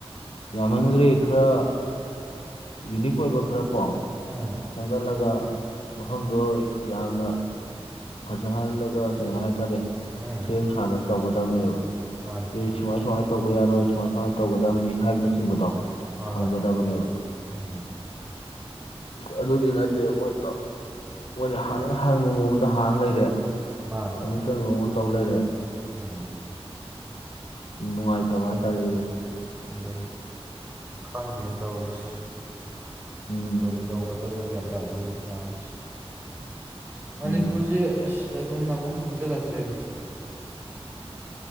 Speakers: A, on the left; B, on the right.
A: ꯌꯥꯃꯒꯔꯤꯦ ꯏ ꯈꯔ ꯌꯨꯅꯤꯛ ꯑꯣꯏꯕ ꯈꯔ ꯀꯣ
B: ꯎꯝ
A: ꯈꯟꯒꯠꯂꯒ ꯃꯐꯝꯗꯣ ꯌꯥꯝꯅ ꯐꯖꯍꯜꯂꯒ ꯀꯩꯅꯣ ꯍꯥꯏꯇꯥꯔꯦ
B: ꯎꯝ
A: ꯁꯦꯝ ꯁꯥꯗꯅ ꯇꯧꯒ ꯇꯕꯅꯦꯕ
B: ꯃꯥꯅꯤ
A: ꯑꯩ ꯁꯨꯃꯥꯏ ꯁꯨꯃꯥꯏ ꯇꯧꯕ ꯌꯥꯔꯣꯏ ꯁꯨꯃꯥꯏ ꯁꯨꯃꯥꯏꯅ ꯇꯧꯒꯗꯕꯅꯤ ꯍꯥꯏꯕꯅꯆꯤꯡꯕꯗꯣ
B: ꯍꯣꯏ
A: ꯊꯝꯒꯗꯕꯅꯦꯕ
B: ꯍꯣꯏ ꯎꯝ
A: ꯑꯗꯨꯗꯤ ꯅꯠꯇꯦꯕ ꯃꯣꯏꯠꯇꯣ ꯃꯣꯏꯗꯤ ꯍꯥꯡꯅꯤꯡ ꯍꯥꯡꯅꯤꯡꯕ ꯃꯑꯣꯡꯗ ꯊꯥꯡ ꯂꯩꯔꯦ
B: ꯃꯥꯅꯤ
A: ꯇꯧꯅꯤꯡ ꯇꯧꯅꯤꯡ ꯃꯉꯣꯟꯗ ꯇꯧ ꯂꯩꯔꯦ
B: ꯎꯝ
A: ꯅꯨꯡꯉꯥꯏꯇꯕ ꯍꯥꯏꯇꯥꯔꯦ ꯑꯗꯨꯗꯣ
B: ꯑꯗꯨꯅꯤ ꯈꯪꯗꯦꯅ ꯇꯧꯔꯤꯁꯤ
A: ꯎꯝ
B: ꯀꯔꯤ ꯇꯧꯒꯗꯕꯅꯣ ꯒꯌ꯭ꯥꯟ ꯇꯗꯦ ꯍꯧꯖꯤꯛ ꯀꯥꯟꯁꯦ ꯃꯅꯤꯄꯨꯔꯁꯦ
A: ꯎꯝ
B: ꯑꯁ ꯂꯩꯐꯝ ꯂꯥꯛꯐꯝ ꯈꯪꯖꯤꯜꯂꯛꯇ꯭ꯔꯦꯅꯦ